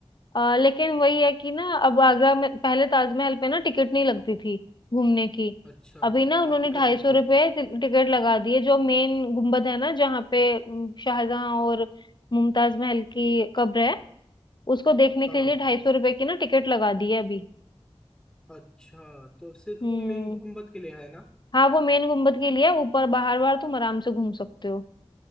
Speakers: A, on the left (about 45°); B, in the centre.
A: आ, लेकिन वही है कि ना अब आगरा में पहले ताजमहल पे ना टिकट नहीं लगती थी घूमने की
B: अच्छा
A: अभी ना उन्होंने
B: अब टिकट
A: ढाई
B: लगती
A: सौ
B: है
A: रुपये टिकट लगा दी है जो मेन गुम्बद है ना जहाँ पे उम, शाहजहां और मुमताज महल की कब्र है उसको देखने
B: हाँ
A: के लिए ढाई सौ रुपये की ना टिकट लगा दी है अभी
B: अच्छा तो सिर्फ
A: हम्म
B: वो मेन गुम्बद किले है ना
A: हाँ वो मेन गुम्बद के लिए है, ऊपर बाहर बाहर तुम आराम से घूम सकते हो